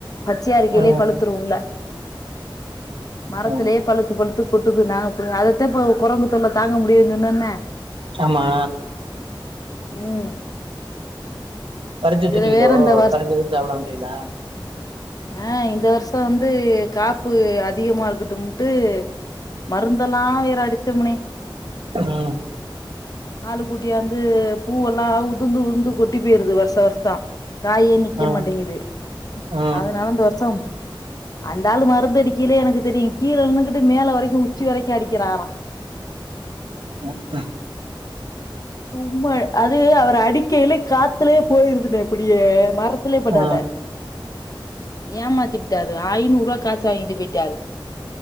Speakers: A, on the left; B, on the right.
A: பச்சையா இருக்கைலியே
B: ஆ
A: பழுத்துரு உள்ள மரத்துலியே
B: ஆ
A: பழுத்து பழுத்து கொட்டுது நாங்க போ அதத்த இப்ப கொரங்கு தொல்ல தாங்க முடியிலன் சொன்னொன்ன
B: ஆமா
A: ம்
B: பறச்சிட்ருக்கீலோ
A: இதுல வேற இந்த
B: பறச்சு ஊத் சாப்ட வந்தீளா
A: அ இந்த வர்ஷோ வந்து காப்பு அதிகமா இருக்கட்டும்ட்டு மருந்தெல்லா வேற அடித்தமுணே
B: ம்
A: ஆளு கூட்டியாந்து பூவெல்லா உதுந்து உதுந்து கொட்டி போயிருது வருஷா வருஷோ காயே நிக்க
B: ஆ
A: மாட்டேங்குது
B: ஆ
A: அதனால இந்த வருஷ அந்தாலு மருந்தடிக்கையிலே எனக்கு தெரியு கீழ நின்னுகிட்டு மேல வரைக்கு உச்சி வரைக்கு அடிக்கிறாரா
B: ம்
A: சும்மா அது அவர் அடிக்கையிலே காத்துலே போயிருதுனே அப்படியே மரத்திலே படல
B: ஆ
A: ஏமாத்திபுட்டாரு ஐநூறு ரூவா காசு வாங்கிட்டு பேய்ட்டாரு